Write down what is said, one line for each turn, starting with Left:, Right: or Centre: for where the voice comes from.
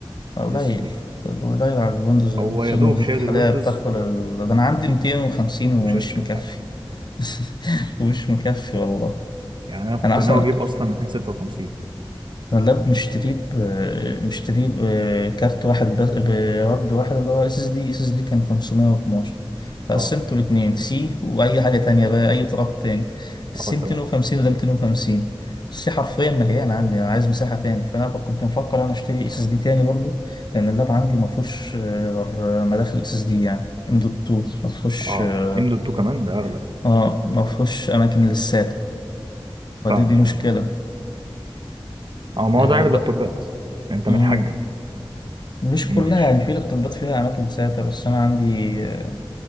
Left: قليل
Right: الاس اس دي
Left: قليل على الويندوز اللي
Right: هو
Left: بتصير
Right: يا دوب
Left: بالذات
Right: شايل
Left: الحالية
Right: الويندوز
Left: بتاكل ال... ده أنا عندي 250 ومش
Right: وشايل كام
Left: مكفي
Right: حاجه
Left: <laughs> ومش مكفي والله
Right: يعني انا كنت
Left: أنا أصلا
Right: ناوي اجيب اصلا 256
Left: أنا اللاب مشتريه ب مشتريه بكارت واحد بس بهارد واحد اللي هو اس اس دي اس اس دي كان 512 فقسمته
Right: اه
Left: لاتنين سي وأي حاجة تانية بقى أي طراب تاني
Right: اه
Left: السي 250
Right: تمام
Left: وده 250 السي حرفيا مليان عندي أنا عايز مساحة تاني فأنا فك- كنت مفكر أنا أشتري اس اس دي تاني برضو لأن اللاب عندي مفهوش آه، غير مداخل اس اس دي يعني ام دوت 2 مفهوش
Right: اه
Left: اه
Right: ام دوت 2 كمان ده اغلى
Left: آه، مفهوش أماكن للساتا فدي
Right: فعلا
Left: دي مشكلة
Right: فعلا اه ما
Left: آه،
Right: هو ده عيب اللابتوبات انت
Left: بقى
Right: متحجم
Left: مش
Right: ماشي
Left: كلها يعني في الطبات فيها أماكن ساتة بس أنا عندي آه،